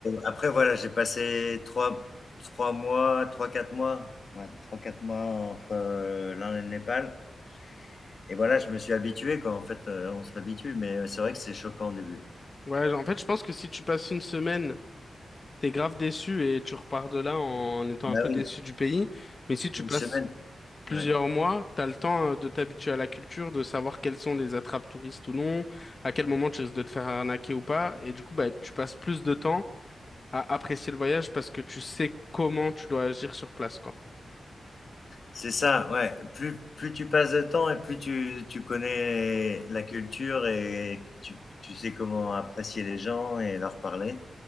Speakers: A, on the left; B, on the left.
A: après voilà, j'ai passé trois trois mois, trois quatre mois, ouais, 3-4 mois entre, heu, l'Inde et le Népal et voilà, je me suis habitué quoi, en fait, heu, on s'habitue mais heu, c'est vrai que c'est choquant au début.
B: Ouais, en fait, je pense que si tu passes une semaine, t'es grave déçu et tu repars de là en étant
A: Bah
B: un peu
A: oui,
B: déçu du pays. Mais si tu
A: une
B: passes
A: semaine,
B: plusieurs
A: ouais.
B: mois, t'as le temps euh, de t'habituer à la culture, de savoir quelles sont les attrapes touristes ou non, à quel moment tu risques de te faire arnaquer ou pas. Et du coup, bah, tu passes plus de temps à apprécier le voyage parce que tu sais comment tu dois agir sur place, quoi.
A: C'est ça, ouais, plus plus tu passes de temps et plus tu tu connais la culture et tu tu sais comment apprécier les gens et leur parler